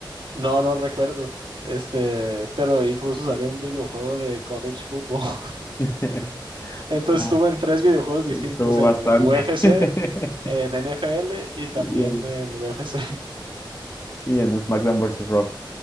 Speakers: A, on the right; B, on the left.
A: No, no recuerdo. Este, pero incluso salió un videojuego de college football. <laughs>
B: <laughs>
A: Entonces
B: Ah,
A: estuve en tres videojuegos distintos,
B: estuvo
A: en
B: bastante.
A: UFC,
B: <laughs>
A: en NFL y también
B: Y en,
A: en UFC.
B: y en SmackDown vs. Raw.